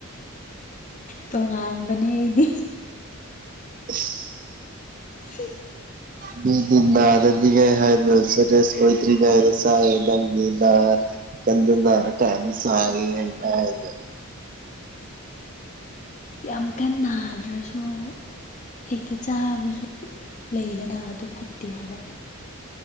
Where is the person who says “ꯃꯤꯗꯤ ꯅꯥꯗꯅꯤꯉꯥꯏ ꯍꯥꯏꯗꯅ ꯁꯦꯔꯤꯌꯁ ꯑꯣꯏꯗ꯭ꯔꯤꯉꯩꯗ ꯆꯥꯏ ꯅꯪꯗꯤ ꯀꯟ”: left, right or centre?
Right